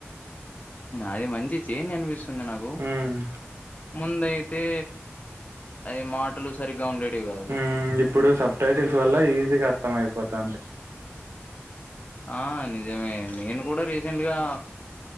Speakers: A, on the left; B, on the right.
A: అది మంచి చేంజ్ అనిపిస్తుంది నాకూ
B: మ్మ్
A: ముందయి తే అవి మాటలు సరిగ్గా ఉండేటివి కాదు
B: మ్ ఇప్పుడు సబ్ టైటిల్స్ వల్ల ఈ జిగ అర్థం అయిపోతాది
A: ఆ నిజమే నేను కూడా రీసెంట్గా